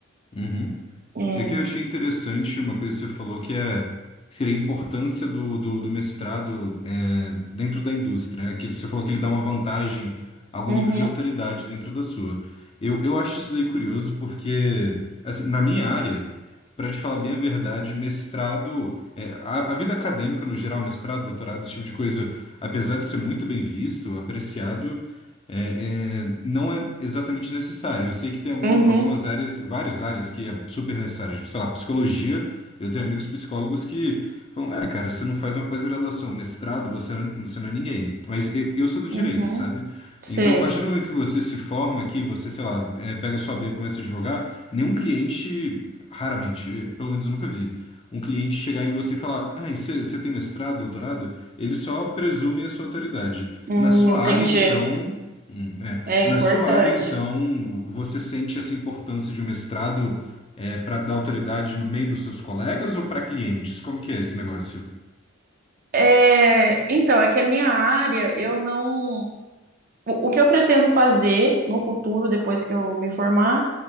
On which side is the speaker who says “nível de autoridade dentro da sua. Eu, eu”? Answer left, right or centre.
Left